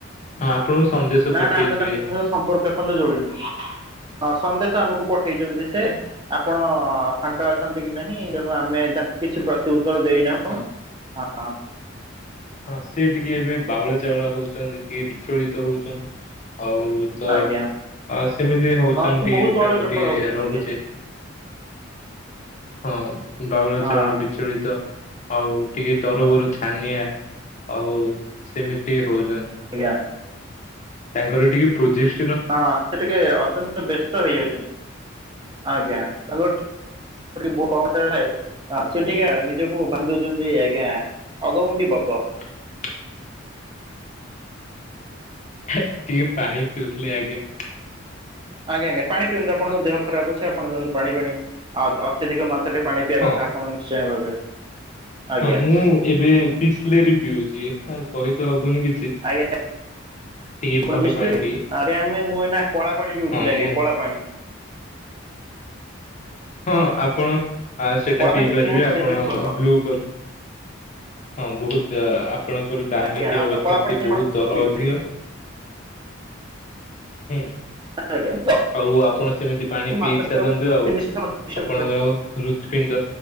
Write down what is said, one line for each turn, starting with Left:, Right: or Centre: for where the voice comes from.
Left: ହଁ ଆପଣଙ୍କୁ ସନ୍ଦେଶ
Right: ନାଇ
Left: ପଠେଇଥିବେ
Right: ନା ଆମେ ତାଙ୍କ ସହିତ ସମ୍ପର୍କ ଏ ପର୍ଯ୍ୟନ୍ତ ଯୋଡିିନୁ। ହଁ ସନ୍ଦେଶ ଆମକୁ ପଠେଇ ଉଠେଇଛନ୍ତି ସେ ଆପଣ ଫାଙ୍କା ଅଛନ୍ତି କି ନାହିଁ ତେଣୁ ଆମେ ତା କିଛି ପ୍ରତି ର ଦେଇନାହୁଁ
Left: ହଁ।
Right: ହଁ।
Left: ହଁ ସେ ଟିକେ ଏବେ ବାଉଳ ଚାଉଳ ହଉଛନ୍ତି ଟିକେ ବିଚଳିତ ହଉଛନ୍ତି। ହଉ ଇଏ ତ
Right: ଆଜ୍ଞା
Left: ଆ ସେମିତି ହଉଛନ୍ତି
Right: ହଁ ବହୁତ ବହଳ
Left: ତାଙ୍କର
Right: ଚହଳ
Left: ଟିକେ
Right: ହଉଛନ୍ତି
Left: ରହୁଛି
Right: ଆଜ୍ଞା ସେ।
Left: ହଁ ବାଉଳ
Right: ହଁ
Left: ଚାଉଳ ବିଚଳିତ ଆଉ ଟିକେ ତରବରୁ ଛାନିଆ ଆଉ ସେମିତି ହଉଛି।
Right: ଆଜ୍ଞା।
Left: ତାଙ୍କର ଟିକେ ପ୍ରଚଷ୍ଟ
Right: ହଁ ସେ ଟିକେ ଅତ୍ୟନ୍ତ ବ୍ୟସ୍ତ ହେଇଯାଉଛନ୍ତି। ଆଜ୍ଞା ତାଙ୍କରର ବ କଥାଏଁ ସେ ଟିକେ ନିଜକୁ ଭାବି ଦଉଛନ୍ତି। ଆଜ୍ଞ ଅଗ ମୁଣ୍ଡି ବଗ।
Left: <inaudible> ଟିକେ ପାଣି ପିଉଥିଲି ଆଜ୍ଞା।
Right: ଆଜ୍ଞା ଆଜ୍ଞା ପାଣି ପିଅନ୍ତୁ ଆପଣଙ୍କ ଦେହ ଖରାପ ଅଛି ଆପଣଙ୍କ ଦେନ୍ତୁ ପାଣି ପାଣି ଅତ୍ୟଧିକ ରେ ପାଣି ପିଇବା
Left: ହଁ।
Right: କଥା ଆପଣ ନିଶ୍ଚୟ ଭାବେ ଆଜ୍ଞା
Left: ହଁ ମୁଁ ଏବେ ବିସଲେରି ପିଉଛି କହି ତ ହବ ବନି କିଛି।
Right: ଆଜ୍ଞା
Left: ଟିକେ
Right: ଆପଣ
Left: ଭଲ
Right: ବିଶିଲାରୀ
Left: ପାଣି ଟିକେ
Right: ଅରେ ଆମେ ମୁଁ ଏନା କଳା ପାଣି ପିଉଥିଲି
Left: ହଁ
Right: ଆଜ୍ଞା
Left: ମୁଁ
Right: କଳା ପାଣି।
Left: ହଁ ଆପଣ ଆ ସେଇଟା
Right: କଳା
Left: ପିଇପାରିବେ
Right: ପାଣି ବି ବହୁତ
Left: ଆପଣ
Right: ଦେହ ପାଇଁ ଭଲ
Left: ବ୍ଲୁ କ ହଁ ବହୁତ ଆପଣଙ୍କର ଦାମୀ
Right: ଆଜ୍ଞା
Left: କିଆ ବୋତଲ
Right: କଳା
Left: ସେ
Right: ପାଣି ଆପଣ
Left: ବହୁତ ଦର
Right: ପିଉଥିବେ।
Left: ଅଧିକ ହୁଁ।
Right: ଆଜ୍ଞ
Left: ଆଉ ଆପଣ ସେମିତି ପାଣି ପିଇ
Right: ମାତ୍ର
Left: ଚାଲନ୍ତୁ ଆଉ
Right: ତିନିଶହତିଶ
Left: ଆପଣଙ୍କର
Right: ଟଙ୍କା
Left: ହୃତପିଣ୍ଡ